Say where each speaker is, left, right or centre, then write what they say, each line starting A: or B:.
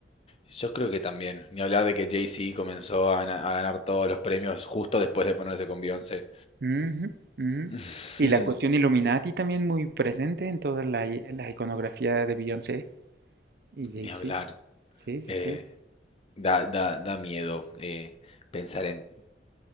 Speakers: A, on the left (about 35°); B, on the right (about 60°).
A: Yo creo que también. Ni hablar de que Jay-Z comenzó a, gana- a ganar todos los premios justo después de ponerse con Beyoncé.
B: Ujú, ujú.
A: <laughs>
B: Y
A: Mm,
B: la cuestión Illuminati también muy presente en toda la, i- la iconografía de Beyoncé y Jay-Z.
A: Ni hablar.
B: Sí, sí,
A: Eh,
B: sí.
A: da, da, da miedo eh, pensar en